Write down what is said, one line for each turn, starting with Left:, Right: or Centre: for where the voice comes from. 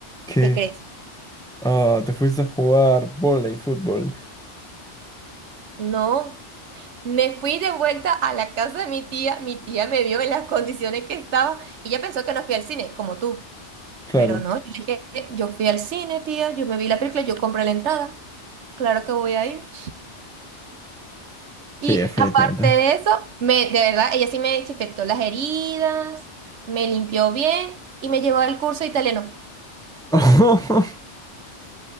Centre: ¿Qué?
Right: ¿Qué crees?
Centre: Ah, te fuiste a jugar vóley, fútbol.
Right: No, me fui de vuelta a la casa de mi tía. Mi tía me vio en las condiciones que estaba. Ella pensó que no fui al cine, como tú.
Centre: Claro.
Right: Pero no, yo le dije, yo fui al cine, tía. Yo me vi la película, yo compré la entrada. Claro que voy a ir. Y
Centre: Sí, definitivamente.
Right: aparte de eso, me, de verdad, ella sí me desinfectó las heridas, me limpió bien y me llevó al curso de italiano.
Centre: <laughs>